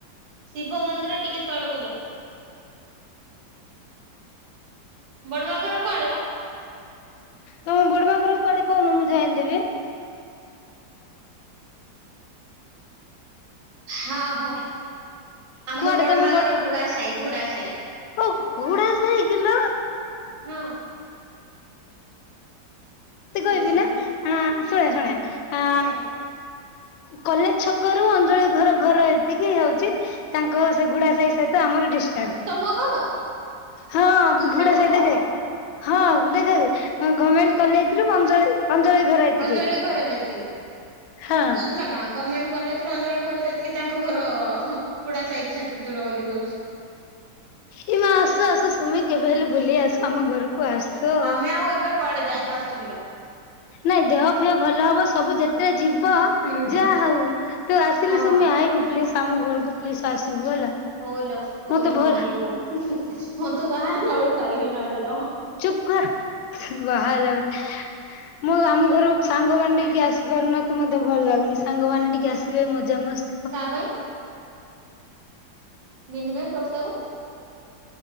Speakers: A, on the right (about 70°); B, on the left (about 85°).
A: ଶିବ ମନ୍ଦିର ଟିକେ ତଳକୁ ଓଲ୍ହ ବଡ ମା ଘର କୁଆଡେ ଲୋ?
B: ତମ ବଡମା ଘର କୁଆଡେ କହୁନୁ ମୁଁ ଯାଇଁଦେବି
A: ହଁ ହଁ ଆମ
B: କୁଆଡେ
A: ବଡମା
B: ତମ
A: ଘର ଘୁଡା ସାହି ଘୁଡା ସାହି।
B: ଓ ଘୋଡା ସାହି କିଲୋ?
A: ହଁ।
B: ତି କହିବି
A: ଦଉଚନ୍ତି
B: ନା ଆଁ ଶୁଣେ ଶୁଣେ ଆ
A: ହୁଁ
B: କଲେଜ ଛକରୁୁ ଅଞ୍ଜଳି ଘର ଘର ଏତିକି ହଉଚି ତାଙ୍କ ସେ ଘୁଡା ସାହି ସହିତ ଆମର ଡିସଷ୍ଟାନ୍ସ
A: ତମ ଘର
B: ହଁ
A: ଏତେ
B: ଘୁଡା
A: ପାଖ
B: ସାହି ଦେଖେ ହଁ ଦେଖ ଗମେଣ୍ଟ
A: ହଁ ହଁ
B: କଲେଜ ରୁ ଅଞ୍ଜଳି ଅଞ୍ଜଳି ଘର ଏତିକି
A: ଅଞ୍ଜଳି ଘର ଯେତିକି
B: ହଁ
A: କିିଲ ମା ଗମେଣ୍ଟ କଲେଜରୁୁ ଅଞଳୀ ଘର ଯେତିକି ତାଙ୍କ ଘର ଘୋଡା ସାହି ସେତିକି ଦୂର ବୋଲି କହୁଚୁ।
B: ଏଇ ମା ଆସ ଆସ ସୁମି କେବେ ହେଲେ ବୁଲି ଆସ ଆମ ଘରକୁ ଆସ।
A: ଆମେ ଆଉ ଏବେ କୁଆଡେ ଯାଇ ପାରୁୁଚୁ କିଲୋ
B: ନାଇଁ ଦେହ ଫେହ ଭଲ ହବ ସବୁ ଯେତେବେଳେ ଯିବ
A: ହୁଁ
B: ଯାହା ହଉ ତୁ ଆସିଲେ
A: ହଁ
B: ସୁମି ଆଇବୁ ପ୍ଲିଜ ଆମ ଘରକୁ ପ୍ଲିଜ ଆସିବୁ ହେଲା।
A: ହଉଲ ହଉଲ
B: ମତେ ଭଲ
A: ମୁଁ ଆଇବିିଲୋ ମୁଁ ତୁ ବାହାହେଲା ବେଳକୁ ଆଇବି ନହେଲେ ରହ।
B: ଚୁପ କର ବାହାହେଲା ବେଳେ ମୁଁ ଆମ ଘରୁ ସାଙ୍ଗ ମନେ ଟିକେ ଆସିପାରୁନାହାନ୍ତି ମୋତେ ଭଲ ଲାଗୁନି ସାଙ୍ଗମାନେ ଟିକେ ଆସିବେ ମଜାମସ୍
A: କା ପାଇଁ? ମିନି ପାଇଁ ପ୍ରସ୍ତାବ